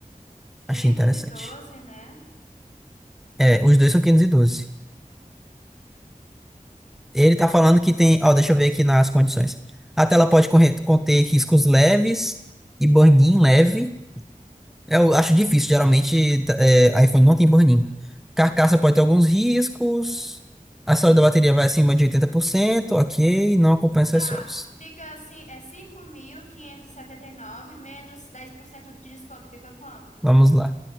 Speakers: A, on the left; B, in the centre.
A: Quinhentos
B: Achei interessante.
A: e doze, né?
B: É, os dois são quinhentos e doze Ele
A: Hum.
B: tá falando que tem, ó, deixa eu ver aqui nas condições. A tela pode corre- conter riscos leves e burn-in leve. Eu acho difícil, geralmente tá- é, iPhone não tem burn-in. Carcaça pode ter alguns riscos. A saúde da bateria vai acima de 80% ok. Não acompanha acessórios.
A: Tá. Fica assim, é cinco mil quinhentos e e setenta e nove menos 10% de desconto. Fica quanto?
B: Vamos lá.